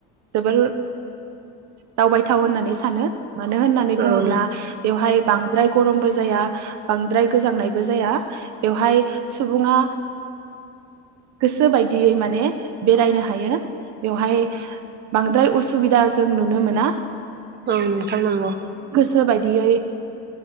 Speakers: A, on the right; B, on the right.
A: जोबोर दावबायथाव होननानै सानो मानो होननानै बुङोब्ला
B: औ
A: बेवहाय बांद्राय गरमबो जाया बांद्राय गोजांनायबो जाया। बेवहाय सुबुङा गोसो बायदियै माने बेरायनो हायो बेवहाय बांद्राय उसुबिदा जों नुनो मोना।
B: औ नोंथां नंगौ।
A: सो बायदियै